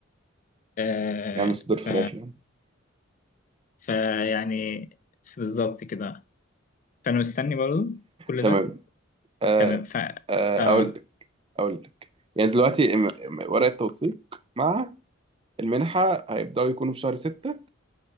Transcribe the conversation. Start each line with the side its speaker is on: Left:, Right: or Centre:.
Left: آه
Right: يعني صدور
Left: ف...
Right: فراخ يعني
Left: فيعني بالظبط كده فانا مستني برضه كل
Right: تمام
Left: ده
Right: آه
Left: تمام ف
Right: آه
Left: اه
Right: اقول لك اقول لك يعني دلوقتي م- م- ورق التوثيق مع المنحة هيبدأوا يكونوا في شهر ستة